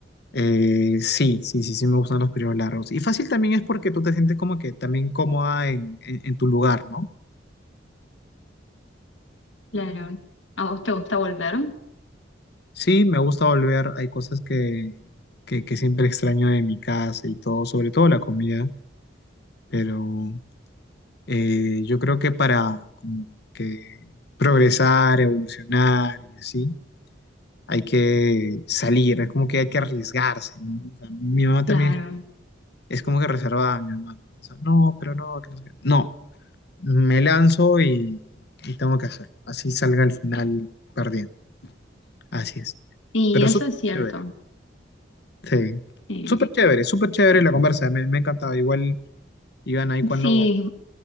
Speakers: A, on the left; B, on the left.
A: Eh, sí, sí, sí, sí me gustan los periodos largos. Y fácil también es porque tú te sientes como que también cómoda en, en- en tu lugar, ¿no?
B: Claro, a vos te gusta volver,
A: Sí, me gusta volver. Hay cosas que, que, que siempre extraño de mi casa y todo, sobre todo la comida, pero eh, yo creo que para como que progresar, evolucionar y así, hay que salir, es como que hay que arriesgarse, ¿no? O sea, mi mamá también
B: claro,
A: es, es como que reservada, mi mamá, ¿no? O sea, no, pero no, que no sé qué. No. me lanzo y, y tengo que hacerlo. Así salga al final perdiendo. Así es.
B: y
A: Pero
B: eso
A: súper
B: es cierto.
A: chévere. Sí.
B: Eh,
A: Súper chévere, súper chévere la conversa. Me, me ha encantado. Igual, Iván, ahí cuando,
B: sí,